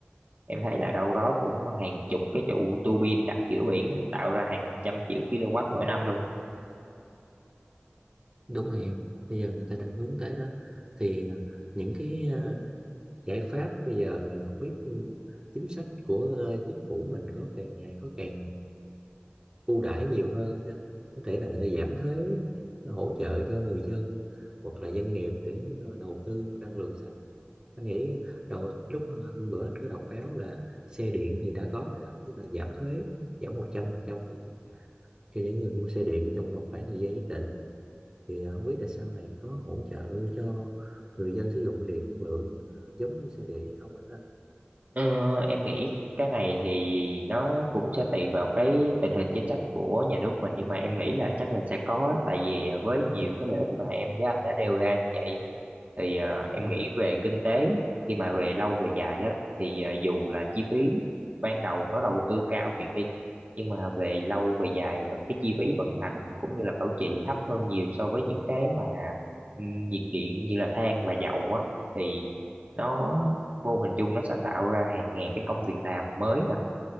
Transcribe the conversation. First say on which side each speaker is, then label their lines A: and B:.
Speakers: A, on the right; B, on the right.
A: em thấy là đâu đó cũng hàng chục cái trụ tua bin đặt giữa biển á, tạo ra hàng trăm triệu kW mỗi năm luôn
B: đúng rồi em bây giờ người ta đang hướng tới đó thì ờ, những cái ờ, giải pháp bây giờ là không biết ừ, chính sách của ờ, chính phủ mình có càng ngày có càng ưu đãi nhiều hơn ha. có thể là người ta giảm thuế hỗ trợ cho người dân hoặc là doanh nghiệp để ờ, đầu tư vô năng lượng sạch anh nghĩ đầu lúc hôm bữa anh có đọc báo là xe điện thì đã có rồi đó tức là giảm thuế giảm 100% thuế trước bạ cho những người mua xe điện trong một khoảng thời gian nhất định thì ờ, không biết là sau này có hỗ trợ cho người dân sử dụng điện năng lượng ờ, giống như xe điện hay không em ha
A: ờ, em nghĩ cái này thì nó cũng sẽ tùy vào cái tình hình chính sách của nhà nước mình nhưng mà em nghĩ là chắc là sẽ có á. tại vì à, với nhiều cái lợi ích mà em với anh đã nêu ra như vậy á, thì ờ, em
B: ừ.
A: nghĩ về kinh tế khi mà về lâu về dài á thì ờ, dù là chi phí ban đầu nó đầu tư cao thiệt đi nhưng mà về lâu về dài và cái chi phí vận hành cũng như là bảo trì thấp hơn nhiều so với những cái mà ừm, nhiệt điện như là than và dầu á thì nó vô hình chung nó sẽ tạo ra hàng ngàn cái công việc làm mới nè